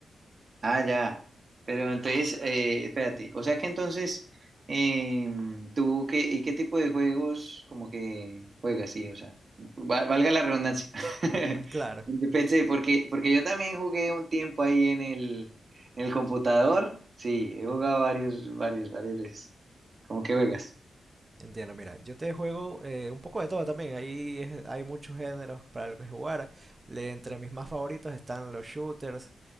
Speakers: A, on the right; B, on the right.
A: Ah, ya. Pero entonces, eh, espérate. O sea que entonces, em, ¿tú qué, y qué tipo de juegos como que juegas? Sí, o sea, va- valga la redundancia. <laughs>
B: Claro.
A: Empecé, porque, porque yo también jugué un tiempo ahí en el, en el computador. Sí, he jugado varios, varios, varias veces. ¿Cómo que juegas?
B: Entiendo, mira, yo te juego eh, un poco de todo también. Ahí es- hay muchos géneros para los que jugar. Le- entre mis más favoritos están los shooters.